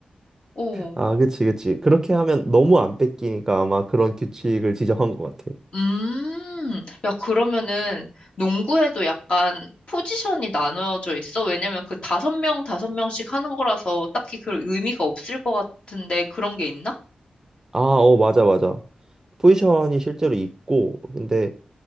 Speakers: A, on the left; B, on the right.
A: 오,
B: 아 그치 그치 그렇게 하면 너무 안 뺏기니까 아마 그런 규칙을 지정한 것 같아
A: 음, 야, 그러면은 농구에도 약간 포지션이 나눠져 있어? 왜냐면 그 다섯 명, 다섯 명씩 하는 거라서 딱히 그 의미가 없을 것 같은데 그런 게 있나?
B: 아 어 맞아 맞아 포지션이 실제로 있고 근데